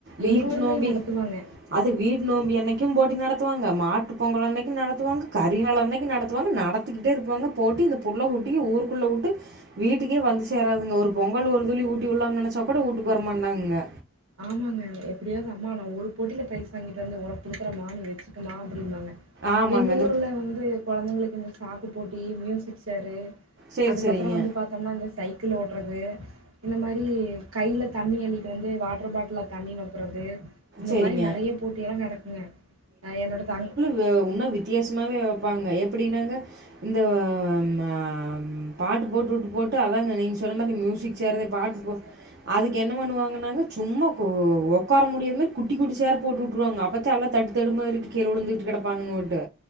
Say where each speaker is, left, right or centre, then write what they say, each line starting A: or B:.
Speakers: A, on the right; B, on the right.
A: வீட்டு
B: எங்க ஊர்லயும்
A: நோம்பி
B: நடத்துவாங்க.
A: அது வீட்டு நோம்பி அன்னைக்கு போட்டி நடத்துவாங்க மாட்டு பொங்கல் அன்னைக்கு நடத்துவாங்க கறி நாள் அன்னைக்கு நடத்துவாங்க நடத்திக்கிட்டே இருப்பாங்க போட்டி இந்த புள்ள குட்டி ஊருக்குள்ள வுட்டு வீட்டுக்கே வந்து சேராதுங்க ஒரு பொங்கல் ஒரு துளி ஊட்டி உள்ளலா நெனைச்சா கூட ஊட்டுக்குவர மாட்டாங்கங்க
B: ஆமாங்க எப்டியாவது அம்மா நா ஒரு போட்டியில பிரைஸ் வாங்கிட்டு வந்து உனக்கு குடுக்குறேமா நீ வச்சக்கமா அப்டிம்பாங்க
A: ஆமாங்க.
B: எங்க
A: அந்த
B: ஊர்ல வந்து கொழந்தைங்களுக்கு இந்த சாக்கு போட்டி மியூசிக் சேரு
A: சரி,
B: அதுக்கப்பற
A: சரிங்க.
B: வந்து பாத் தம்னா இந்த சைக்கிள் ஓட்றது இந்த மாரி கைல தண்ணி அள்ளிட்டு வந்து வாட் ட்டர் பாட்ல்ல தண்ணி நெப்புறது இந்த
A: சரிங்க.
B: மாரி நெறைய போட்டியெல்லா நடக்குங்க என்னோட தங்
A: வ உன்னு வித்தியாசமாவே வப்பாங்க எப்டினாங்க இந்த ஆ மா பாட்டு போட்டு வுட்டு போட்டு அதாங்க நீங்க சொன்ன மாரி மியூசிக் சிக் சேர் பாட்டு போட் அதுக்கு என்ன பண்ணுவாங்கன்னாங்க சும்மா ஒக்கார முடியும் குட்டி குட்டி சேர போட்டு வுட்டுருவாங்க அப்பத்த எல்லா தட்டு தடு மாரி கீழ உழுந்துட்டு கெடப்பாங்க ஓட்டு